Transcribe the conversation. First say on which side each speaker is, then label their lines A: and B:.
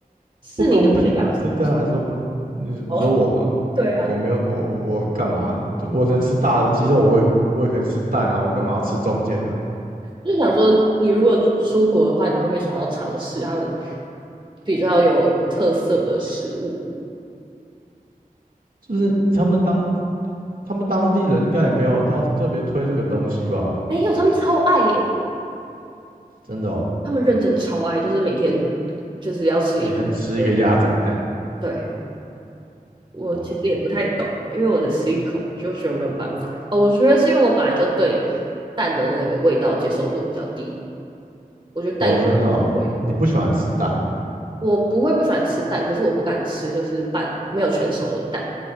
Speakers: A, on the right; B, on the right.
A: 是你的话，
B: 不公平啊，
A: 你敢吃吗？
B: 这对他来说不公。你你说我吗？
A: <laughs> 哦，对啊，
B: 我没有我我干嘛？就我能吃大的鸡肉，我也我也可以吃蛋啊，我干嘛要吃中间的？
A: 就是想说，你如果出国的话，你会不会想要尝试他们比较有特色的食物？
B: 就是他们当他们当地人应该也没有到特别推这个东西吧？
A: 没有，他们超爱耶，
B: 真的哦，
A: 他们认真超爱，就是每天就是要吃一颗两颗，
B: 每天吃一个鸭仔蛋
A: 对。我其实也不太懂，
B: 啊，
A: 因为我只吃一口，我就觉得没有办法。哦，我觉得是因为我本来就对蛋的那个味道接受度比较低，我觉得蛋有腥味，
B: 哦，真的哦，你不喜欢吃蛋
A: 我不会不喜欢吃蛋，可是我不敢吃就是半没有全熟的蛋，